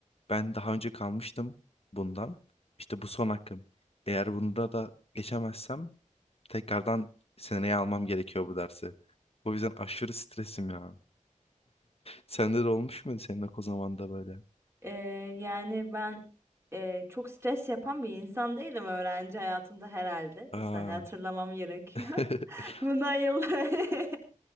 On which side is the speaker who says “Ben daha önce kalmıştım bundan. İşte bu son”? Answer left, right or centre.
Left